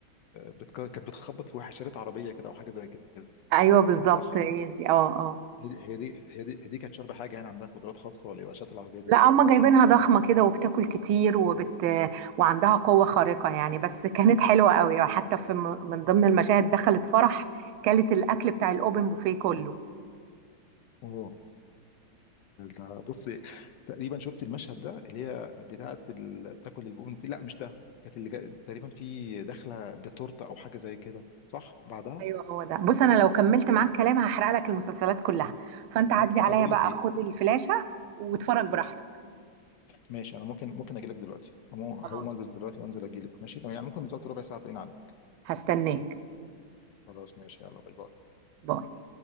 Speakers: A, on the left (about 70°); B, on the right (about 85°).
A: بت... كانت بتخبط في واحد شريط عربيه كده او حاجه زي كده
B: ايوه بالظبط
A: صح
B: هي دي اه اه
A: هي دي هي دي هي دي, هي دي كانت شاربه حاجه هنا عندها قدرات خاصه ولا ايه شات العربيه دي
B: لا
A: ازاي
B: هما جايبينها ضخمه كده وبتاكل كتير وبت وعندها قوه خارقه يعني بس كانت حلوه قوي وحتى في م- من ضمن المشاهد دخلت فرح كلت الاكل بتاع الاوبن بوفيه كله
A: اوه لا، بصي تقريبا شفت المشهد ده اللي هي بتاعه ال- بتاكل البومن في لا مش ده كانت اللي جا... تقريبا في داخله بتورته او حاجه زي كده صح بعدها
B: ايوه هو ده بص انا لو كملت معاك كلام هحرق لك المسلسلات كلها فانت عدي
A: طب
B: عليا
A: طب اقول
B: بقى
A: لك ايه
B: خد الفلاشه واتفرج براحتك
A: ماشي انا ممكن ممكن اجي لك دلوقتي هقوم
B: خلاص
A: هقوم البس دلوقتي وانزل اجي لك ماشي تمام يعني ممكن بالظبط ربع ساعه تلاقيني عندي
B: هستناك
A: خلاص ماشي يلا باي باي
B: باي